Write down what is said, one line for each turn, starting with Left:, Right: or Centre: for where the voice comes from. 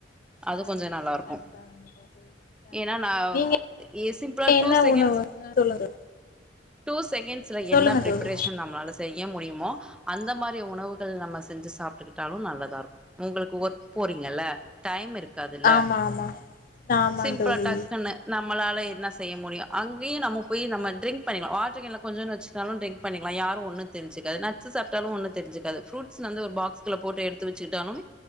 Centre: அது
Left: ஆ
Centre: கொஞ்சோ நல்லாருக்கு
Left: கண்டிப்பா கண்டிப்பா
Centre: ஏன்னா நா
Left: நீங்க
Centre: எ சிம்பிளா
Left: என்ன
Centre: டூ செகண்ட்ஸ்
Left: உணவு சொல்லுங்க
Centre: டூ செகண்ட்ஸ்ல
Left: சொல்லுங்க
Centre: என்ன பிரிப்பரேஷன்
Left: தோழி
Centre: நம்மளால செய்ய முடியுமோ அந்த மாரி உணவுகள் நம்ம செஞ்சு சாப்ட்டுக்கிட்டாலு நல்லதாருக்கு உங்களுக்கு ஒர்க் போறீங்கல்ல டைம் இருக் காதுல
Left: ஆமா ஆமா ஆமா
Centre: சிம்பிளா
Left: தோழி
Centre: டக்குன்னு நம்மளால என்ன செய்ய முடியு அங்கேயு நம்ம போய் நம்ம ட்ரிங்க் பண்ணிக்கலா வாட்ருகேனுல கொஞ்சோன்னு வச்சு சாலு டிரிங்க் பண்ணிக்கலா யாரு ஒன்னு தெரிஞ்சுகாது நட்ஸ் சாப்பிட்டாலு ஒன்னு தெரி்ஞ்சுகாது ஃபுருட்ஸ் வந்து ஒரு பாக்ஸுக்குல போட்டு எடுத்து வச்சுகிட்டாலு